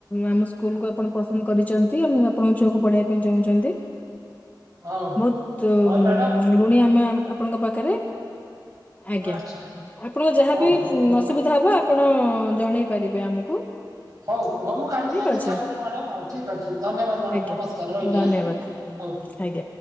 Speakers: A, on the left; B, on the right.
A: ଆମ ସ୍କୁ ସ୍କୁଲ କୁ ଆପଣ ପସନ୍ଦ କରିଛନ୍ତି ଆ ଆପଣଙ୍କ ଛୁଆକୁ ପଢେଇବା ପାଇଁ ଚାହୁଁଛନ୍ତି।
B: ହଉ ହଉ।
A: ବହୁତ
B: ହଉ ମ୍ୟାଡ଼ାମ
A: ଋଣୀ ଆମେ ଆପଣଙ୍କ ପାଖରେ। ଆଜ୍ଞା
B: ଆଚ୍ଛା
A: ଆପଣଙ୍କ ଯାହାବି
B: ହଉ ହଉ।
A: ଅସୁବିଧା ହବ ଆପଣ ଜଣେଇ ପାରିବେ ଆମକୁ।
B: ହ। ହଉ ହଉ ମୁଁ କାଲି
A: ଠିକ
B: ଯାଇଏ ଦେଖା
A: ଅଛି
B: କରୁଛି ମ୍ୟାଡ଼ାମ୍ ଆଉ ଠିକ୍ ଅଛି ଧନ୍ୟବାଦ ମ୍ୟାଡ଼ାମ୍
A: ଆଜ୍ଞା
B: ନମସ୍କାର ରହିଲି
A: ଧନ୍ୟବାଦ
B: ଆ। ହଉ।
A: ଆଜ୍ଞା